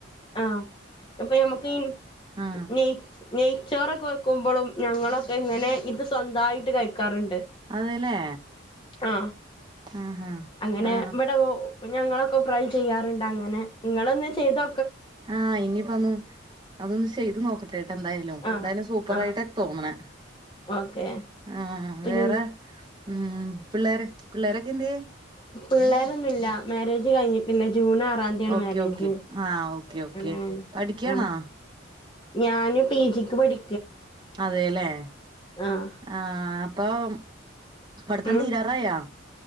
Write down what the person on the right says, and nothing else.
ആ
അതെല്ലേ
ആ ആ
ആ
ആ ഇനിയിപ്പോ ഒന്ന് അതൊന്ന് ചെയ്ത് നോക്കട്ടെ ട്ടാ എന്തായാലും.
എന്തായാലും സൂപ്പറായിട്ടാ
തോന്നണേ.
ആ
വേറെ ഉം പിള്ളേർ പിള്ളേരൊക്കെ എന്ത്യേ?
ഓക്കെ
ഓക്കെ ആ ഓക്കെ ഓക്കെ
പഠിക്ക്യാണോ?
അതെല്ലേ
ആ അ പ്പം പഠിത്തം
തീരാറായാ